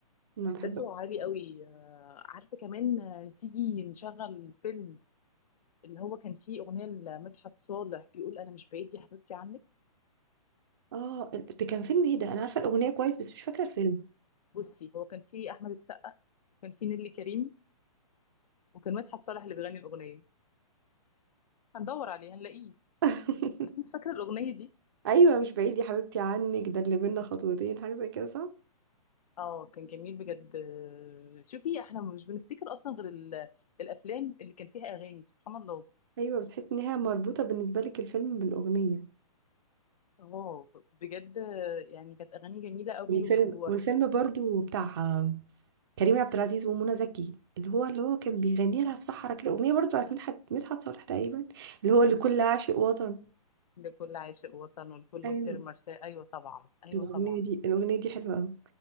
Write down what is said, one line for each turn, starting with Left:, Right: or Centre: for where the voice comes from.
Right: انا
Left: احساسه
Right: بحب
Left: عالي قوي آه، عارفه كمان آه، تيجي نشغل فيلم اللي هو كان فيه اغنيه لمدحت صالح بيقول انا مش بعيد يا حبيبتي عنك
Right: اه ال- ده كان فيلم ايه ده انا عارفة الأغنية كويس بس مش فاكرة الفيلم
Left: بصي هو كان فيه احمد السقا وكان فيه نيللي كريم وكان مدحت صالح اللي بيغني الاغنيه هندور عليه هنلاقيه
Right: <laughs>
Left: بس انت فاكره الاغنيه دي
Right: ايوه مش بعيد يا حبيبتي عنك ده اللي بينا خطوتين حاجة زي كده صح
Left: اه كان جميل بجد آه، شوفي احنا مش بنفتكر اصلا غير ال- الافلام اللي كان فيها اغاني سبحان الله
Right: ايوه بتحس انها مربوطة بالنسبة لك الفيلم بالأغنية
Left: اه بجد آه، يعني كانت اغاني جميله قوي
Right: والفيلم
Left: و...
Right: والفيلم برضو بتاع آه، كريم عبد العزيز ومنى زكي اللي هو اللي هو كان بيغني لها في صحرا كده أغنية برضو بتاعت مدحت مدحت صالح تقريبا اللي هو لكل عاشق وطن
Left: لكل عاشق وطن ولكل
Right: ايوه
Left: طير مرساه ايوه طبعا ايوه
Right: الأغنية
Left: طبعا
Right: دي الأغنية دي حلوة أوي